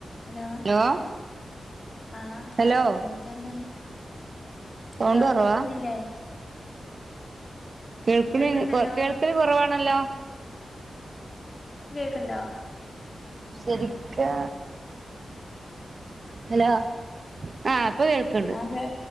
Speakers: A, on the left; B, on the right.
A: Hello
B: hello
A: ആഹ്
B: hello
A: എന്തൊക്കെണ്ട്
B: sound
A: low
B: കുറവാ
A: കേൾക്കുന്നില്ലേ?
B: കേൾക്കണ്
A: കേൾക്ക്ണ്ടല്ലോ
B: കേൾക്കല് കൊറവാണല്ലോ
A: കേക്ക്ണ്ടോ
B: സെരിക്ക് ഹലോ ആഹ് കേൾക്കണ്ട്
A: അതെ